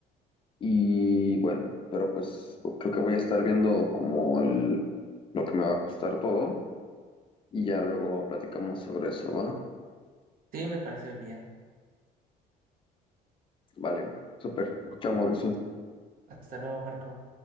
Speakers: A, on the left; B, on the right.
A: Y bueno, pero pues creo que voy a estar viendo como el, lo que me va a costar todo y ya luego platicamos sobre eso, ¿va?
B: Sí, me parece bien.
A: Vale, súper. Chao, Mauricio.
B: Hasta luego, Marco.